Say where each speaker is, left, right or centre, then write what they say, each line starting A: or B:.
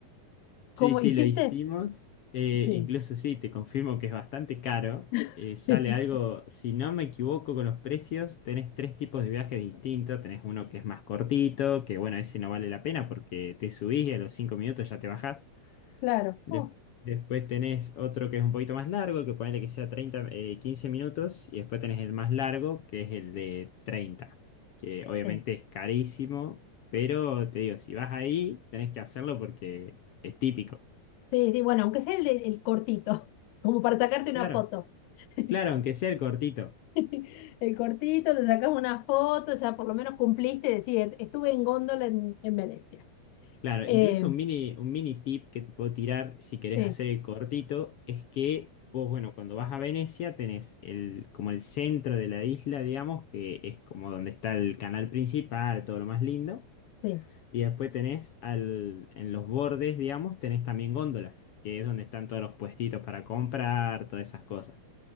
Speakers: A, on the left (about 85°); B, on the left (about 65°).
A: ¿Cómo
B: Sí, sí,
A: hiciste?
B: lo hicimos. Eh,
A: Sí,
B: incluso sí, te confirmo que es bastante caro.
A: <laughs>
B: Eh, sale
A: sí,
B: algo, si no me equivoco con los precios, tenés tres tipos de viajes distintos. Tenés uno que es más cortito, que bueno, ese no vale la pena porque te subís y a los cinco minutos ya te bajás.
A: claro.
B: De-
A: Oh.
B: después tenés otro que es un poquito más largo, que ponele que sea 30 eh, 15 minutos. Y después tenés el más largo, que es el de 30 que obviamente
A: Sí,
B: es carísimo, pero te digo, si vas ahí, tenés que hacerlo porque es típico.
A: sí, sí, bueno, aunque sea el, de- el cortito, <laughs> como para sacarte una
B: Claro,
A: foto. <laughs>
B: claro, aunque sea el cortito.
A: El cortito, te sacas una foto, ya por lo menos cumpliste, decir, estuve en góndola en, en Venecia.
B: Claro,
A: Eh,
B: incluso un mini, un mini tip que te puedo tirar si querés
A: sí,
B: hacer el cortito es que vos, bueno, cuando vas a Venecia tenés el, como el centro de la isla, digamos, que es como donde está el canal principal, todo lo más lindo.
A: sí,
B: Y después tenés al, en los bordes, digamos, tenés también góndolas, que es donde están todos los puestitos para comprar, todas esas cosas.